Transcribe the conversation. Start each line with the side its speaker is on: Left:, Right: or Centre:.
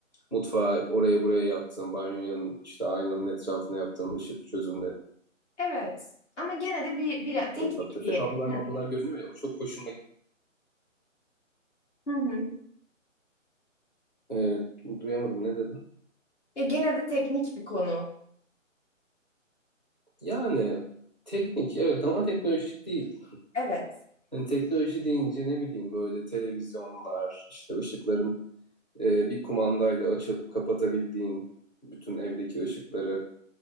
Right: Mutfağı oraya buraya yaptın, banyonun işte aynanın etrafına yaptığın ışık çözümleri
Left: Evet. Ama gene de bir, bir teknik
Right: ufak tefek.
Left: diyelim.
Right: Kablolar mablolar görünüyor ya o çok hoşuma gitti.
Left: Hı hı.
Right: E, duyamadım ne dedin?
Left: Ya gene de teknik bir konu.
Right: Yani teknik evet ama teknolojik değil.
Left: Evet.
Right: Hani teknoloji deyince ne bileyim böyle televizyonlar, işte ışıkların e, bir kumandayla açıp kapatabildiğin bütün evdeki ışıkları,